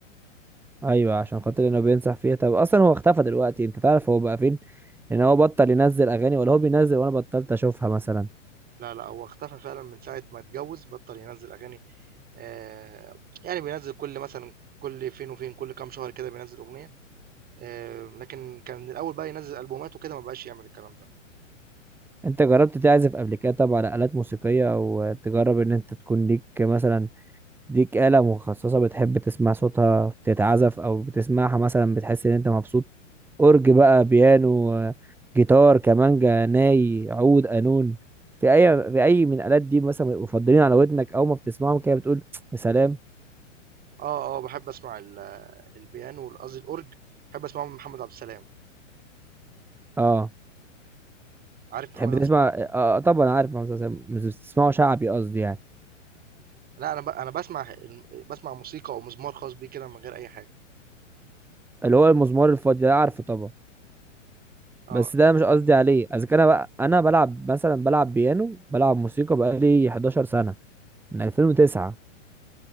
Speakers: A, in the centre; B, on the right.
A: ايوه عشان خاطر انه بينصح فيها طب اصلا هو اختفى دلوقتي انت تعرف هو بقى فين ان هو بطل ينزل اغاني ولا هو بينزل وانا بطلت اشوفها مثلا
B: لا لا هو اختفى فعلا من ساعه ما اتجوز بطل ينزل اغاني آه، يعني بينزل كل مثلا كل فين وفين كل كام شهر كده بينزل اغنيه آه، لكن كان الاول بقى ينزل البومات وكده ما بقاش يعمل الكلام ده
A: انت جربت تعزف قبل كده طب على آلات موسيقية او تجرب ان انت تكون ليك مثلا ليك آلة مخصصة بتحب تسمع صوتها بتتعزف او بتسمعها مثلا بتحس ان انت مبسوط اورج بقى بيانو آه، جيتار كمانجا ناي عود قانون في اي في اي من الآلات دي مثلا بيبقوا مفضلين على ودنك او ما بتسمعهم كده بتقول <tsk> يا سلام
B: آه، آه، باحب أسمع ال البيانو وال قصدي الأورج، باحب أسمعه من محمد عبد السلام،
A: اه
B: عارف محمد
A: تحب
B: عبد
A: تسمع
B: السلام؟
A: آه آه، طبعا عارف مهندس عسام، مش بتسمعه شعبي قصدي يعني
B: لأ أنا ب أنا باسمع الم باسمع موسيقى أو مزمار خاص بيه كده من غير أي حاجة،
A: اللي هو المزمار الفاضي ده عارفه طبعا
B: آه،
A: بس ده مش قصدي عليه اذا كان انا بقى انا بلعب مثلا بلعب بيانو بلعب موسيقى بقالي 11 سنه من 2009